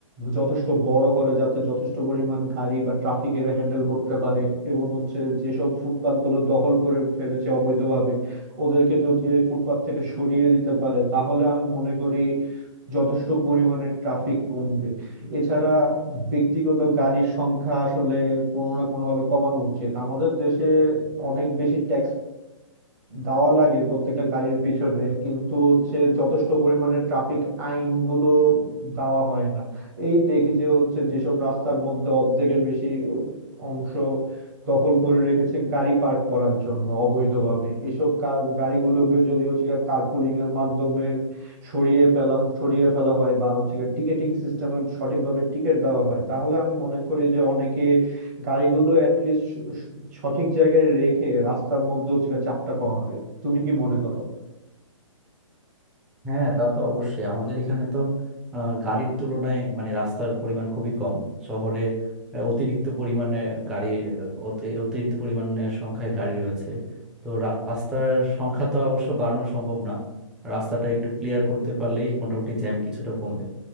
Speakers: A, on the right; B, in the centre.
A: যথেষ্ট বড় করে যাতে যথেষ্ট পরিমাণ গাড়ি বা ট্রাফিক এরা হ্যান্ডেল করতে পারে এবং হচ্ছে যেসব ফুটপাত গুলো দখল করে ফেলেছে অবৈধভাবে ওদেরকে যদি এই ফুটপাত থেকে সরিয়ে দিতে পারে তাহলে আমি মনে করি যথেষ্ট পরিমাণে ট্রাফিক কমবে এছাড়া ব্যক্তিগত গাড়ির সংখ্যা আসলে কোনো না কোনো ভাবে কমানো উচিত আমাদের দেশে অনেক বেশি ট্যাক্স দেওয়া লাগে প্রত্যেকটা গাড়ির পিছনে কিন্তু হচ্ছে যথেষ্ট পরিমাণে ট্রাফিক আইন গুলো দেওয়া হয় না এই দেখি যে হচ্ছে যেসব রাস্তার মধ্যে অর্ধেকের বেশি অংশ দখল করে রেখেছে গাড়ি পার্ক করার জন্য অবৈধভাবে এইসব কা- গাড়িগুলোকে যদি হচ্ছে কার্পুলিং এর মাধ্যমে সরিয়ে ফেলা সরিয়ে ফেলা হয় বা হচ্ছে টিকেটিং সিস্টেমে সঠিকভাবে টিকিট দেওয়া হয় তাহলে আমি মনে করি যে অনেকে গাড়িগুলো অ্যাটলিস্ট সঠিক জায়গায় রেখে রাস্তার মধ্যে হচ্ছে গিয়ে চাপটা কমাবে তুমি কি মনে করো
B: হ্যাঁ তা তো অবশ্যই আমাদের এখানে তো আহ, গাড়ির তুলনায় মানে রাস্তার পরিমাণ খুবই কম শহরে আহ, অতিরিক্ত পরিমাণে গাড়ি আহ, অতি- অতিরিক্ত পরিমাণে সংখ্যায় গাড়ি রয়েছে তো রা- রাস্তার সংখ্যা তো অবশ্য বাড়ানো সম্ভব না রাস্তাটা একটু ক্লিয়ার করতে পারলেই মোটামুটি জ্যাম কিছুটা কমবে